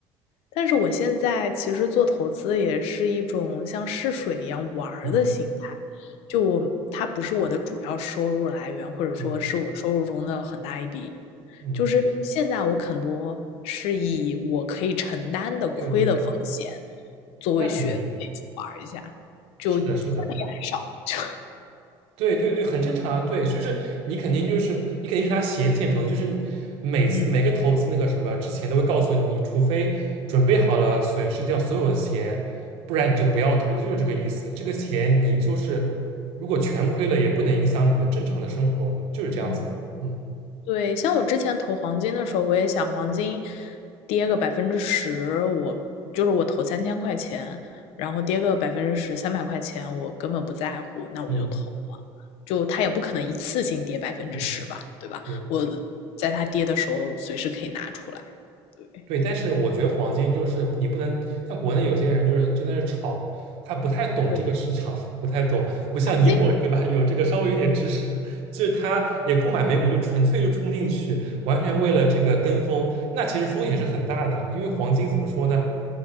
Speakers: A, on the left; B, on the right.
A: 但是我现在其实做投资也是一种像试水一样玩儿的心态，
B: 嗯。
A: 就我，它不是我的主要收入来源，或者说是我收入中的很大一笔
B: 对，嗯，
A: 就是现在我很多是以我可以承担的亏的风险
B: 对对，
A: 作为学费去玩一下，
B: 那肯定
A: 就亏的也很少。
B: 是的，是的，
A: 就
B: 对对对，很正常啊。对，就是你肯定就是你肯定是拿闲钱投资，就是你每次每个投资那个什么之前都会告诉你，
A: 嗯
B: 除非准备好了损失掉所有的钱，不然你就不要投资，就是这个意思。这个钱你就是如果全亏了，也不能影响你的正常的生活，就是这样子的。
A: 嗯，
B: 嗯
A: 对，像我之前投黄金的时候，我也想黄金跌个百分之十，我就是我投三千块钱，然后跌个百分之十，三百块钱我根本不在乎，那我就投了。
B: 嗯
A: 就它也不可能一次性跌百分之十吧，
B: 嗯，
A: 对吧？
B: 对。
A: 我在它跌的时候随时可以拿出来。对，
B: 对，但是我觉得黄金就是你不能像国内有些人就是真的是炒，他不太懂这个市场，
A: 这个
B: <laughs> 不太懂，不像你我对吧？
A: 黄金
B: 有这个稍微有点知识，就是他也不买美股，就纯粹就冲进去，完全为了这个跟风，那其实风险是很大的。因为黄金怎么说呢？